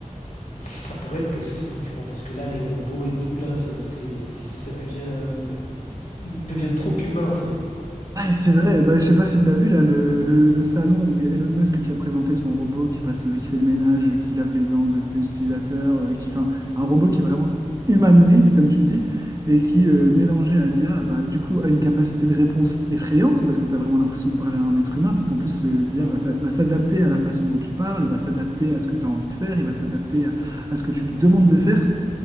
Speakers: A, on the left; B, on the right.
A: Ça pourrait être possible, franchement, parce que là, les robots et tout, là, ça, c'est, ça devient, ils deviennent trop humains en fait.
B: Ah, et c'est vrai, bah, je sais pas si tu as vu là le, le- le salon où il y a Elon Musk qui a présenté son robot qui passe le, qui fait le ménage, euh, qui lave les dents de ses utilisateurs, euh, qui, enfin, un robot qui est vraiment humanoïde, comme tu dis, et qui, euh, mélangé à l'IA, bah, du coup, a une capacité de réponse effrayante, parce que tu as vraiment l'impression de parler
A: Mm.
B: à un être humain, parce qu'en plus, euh, l'IA
A: Ouais.
B: va s'a- va s'adapter à la façon dont tu parles, il va s'adapter à ce
A: Mm.
B: que tu as envie de faire, il va s'adapter à, à ce que tu lui demandes de faire.